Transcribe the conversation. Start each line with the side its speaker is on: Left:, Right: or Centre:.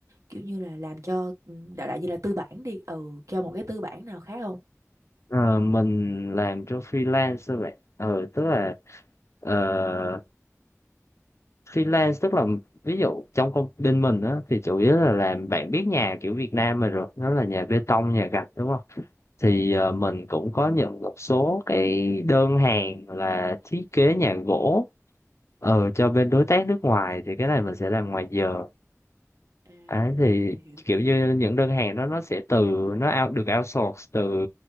Right: kiểu như là làm cho ừ, đại đại như là tư bản đi ừ cho một cái tư bản nào khác không?
Left: ờ, mình làm cho freelance thôi vậy ờ tức là ờ, freelance tức là ví dụ trong công ty mình á thì chủ yếu là làm bạn biết nhà kiểu Việt Nam mình rồi nó là nhà bê tông nhà gạch đúng không thì
Right: Ừ,
Left: ờ, mình cũng có nhận một số cái đơn hàng là thiết kế nhà gỗ ờ cho
Right: ừ,
Left: bên đối tác nước ngoài thì cái này mình sẽ làm ngoài giờ
Right: ừ, ừ. Ừ.
Left: Đấy, thì
Right: À hiểu
Left: kiểu
Right: hiểu
Left: như
Right: hiểu.
Left: những đơn hàng đó nó sẽ từ nó out, được outsource từ